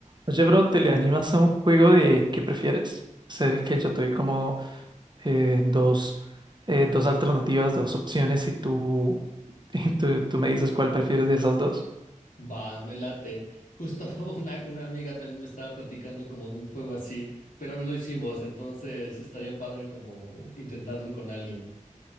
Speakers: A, on the right; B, on the left.
A: Oye, bro, ¿te le animas a un juego de qué prefieres? Es el que yo te doy como eh, dos, eh, dos alternativas, dos opciones y tú, <laughs> y tú, tú me dices cuál prefieres de esas dos.
B: Va, me late. Justo <laughs> una, una amiga también me estaba platicando como de un juego así, pero no lo hicimos, entonces estaría padre como intentarlo con alguien.